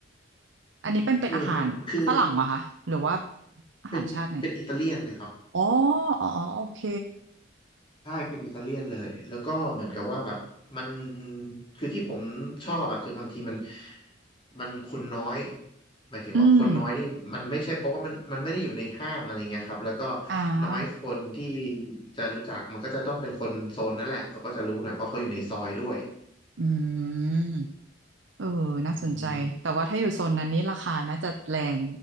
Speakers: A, on the right (about 70°); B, on the left (about 25°).
A: อันนี้เป็นเป็นอาหารฝรั่งเหรอคะหรือว่า
B: เออมันคือ
A: อาหารชาติไหน
B: เป็นเป็นอิตาเลียนเลยครับ
A: อ๋ออ๋ออ๋อโอเค
B: ใช่เป็นอิตาเลียนเลยแล้วก็เหมือนกับว่าแบบมันคือที่ผมชอบอะคือบางทีมันมันคนน้อยหมายถึงว่าคนน้อยนี่มันไม่ใช่เพราะว่ามันมันไม่ได้อยู่ในห้างอะไรเงี้ยครับแล้วก็
A: อืมอ่า
B: น้อยคนที่จะรู้จักมันก็จะต้องเป็นคนโซนนั้นแหละเขาก็จะรู้หน่อยเพราะเขาอยู่ในซอยด้วย
A: อืมเออน่าสนใจแต่ว่าถ้าอยู่โซนนั้นนี้ราคาน่าจะแรง
B: อืม